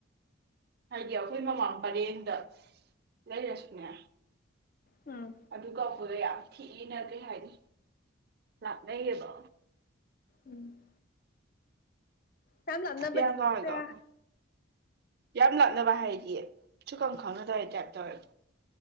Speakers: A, on the right (about 50°); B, on the left (about 45°).
A: ꯍꯥꯏꯗꯤ ꯑꯩꯈꯣꯏ ꯃꯃꯥꯡ ꯄꯔꯦꯡꯗ ꯂꯩꯔꯁꯨꯅꯦ
B: ꯎꯝ
A: ꯑꯗꯨꯒꯄꯗ ꯌꯥꯝ ꯊꯤꯅ ꯀꯩ ꯍꯥꯏꯅꯤ ꯂꯥꯥꯛꯅꯩꯌꯦꯕ
B: ꯎꯝ ꯌꯥꯝ ꯂꯥꯞꯅꯕꯗꯤ
A: ꯌꯥꯝ
B: ꯅꯠꯇꯦ
A: ꯀꯥꯎꯋꯦꯀꯣ ꯑꯩꯈꯣꯏ ꯌꯥꯝ ꯂꯞꯅꯕ ꯍꯥꯏꯗꯤ ꯁꯨꯈꯪ ꯈꯪꯅꯗꯕꯩ ꯇꯥꯏꯞ ꯇꯧꯔꯦ